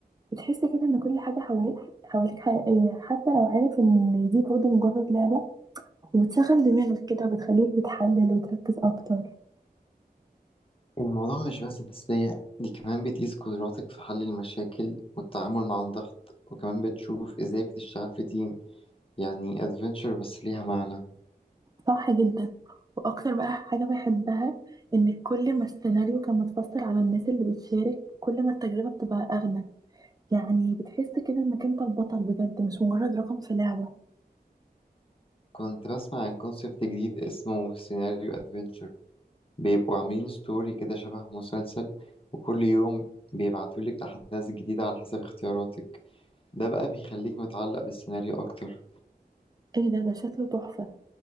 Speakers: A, on the right (about 25°); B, on the left (about 35°).
A: بتحس كده ان كل حاجه حواليك حواليك حقيقيه حتى لو عارف ان دي برضه مجرد لعبه وبتشغل دماغك كده وبتخليك بتحلل وتركز اكتر
B: الموضوع مش بس تسلية دي كمان بتقيس قدراتك في حل المشاكل والتعامل مع الضغط وكمان بتشوف ازاي بتشتغل في تيم يعني ادفنتشر بس ليها معنى
A: صح جدا واكتر بقى حاجه بحبها ان كل ما السيناريو كان متفصل على الناس اللي بتشارك كل ما التجربه بتبقى اغنى يعني بتحس كده انك انت البطل بجد مش مجرد رقم في لعبه
B: كنت بسمع عن كونسبت جديد اسمه سيناريو ادفنتشر بيبقوا عاملين ستوري كده شبه مسلسل وكل يوم بيبعتولك أحداث جديدة على حسب اختياراتك ده بقى بيخليك متعلق بالسيناريو أكتر
A: ايه ده ده شكله تحفه